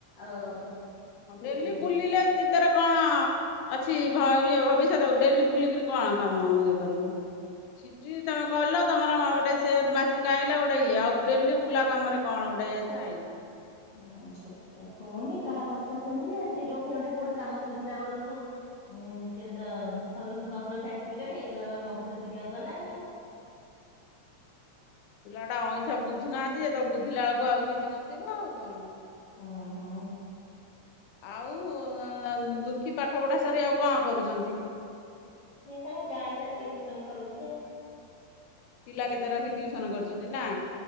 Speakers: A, on the left; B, on the left.
A: ଆଉ
B: ହଁ,
A: ଶିଖିବିନି।
B: ଡେଲି ବୁଲିଲେ ସେଥିରେ କଣ ଅଛି ଭ ଇଏ ଭବି ଷ୍ୟତ, ଡେଲି ବୁଲିକିରି କଣ କାମ ଇଏ କରିବ? ସେଠି ତମେ କହିଲ ତମର ଗୋଟେ ସେ ମାସେ ଗାଇଲା ଗୋଟେ ଇଏ ଆଉ, ଡେଲି ବୁଲା କାମ ରେ କଣ ଗୋଟେ ଇଏ ଥାଏ।
A: ହୁଁ ଶୁଣୁନି କାହା କଥା ଶୁଣିନି, ଯେ ଯୋଉଁଠି ଗଟେ କୋଉଠି କାମ ବୁଝିଲା ବେଳକୁ ଉଁ ସିଏ ତା ଖୋଲୁନୁ କମ୍ପ୍ୟୁଟର ସାର୍ଟିଫିକଟ ଇଏ ତ ଜମା କମ୍ପ୍ୟୁଟର ସିଖି ବାକୁ ଗଲାନି ଆଉ।
B: ପିଲା ଟା ଅଇଁ ଛ ବୁଝୁନାହାନ୍ତି ଯେ ତ ବୁଝିଲା ବେଳକୁ ଆଉ କିଛି ନଥିବ ଆଉ କଣ।
A: ଉଁ ହୁଁ
B: ଆଉ ଅଁ ଦୁଃଖୀ ପାଠ ପଢା ସାରି ଆଉ କ'ଣ କରୁଛନ୍ତି।
A: ସିଏ ତାର ଗାଁ ଟା ଟିଉସନ କରୁଛି ଆଉ।
B: ପିଲା କେତେ ରଖି ଟିଉସନ କରୁଛନ୍ତି ନା।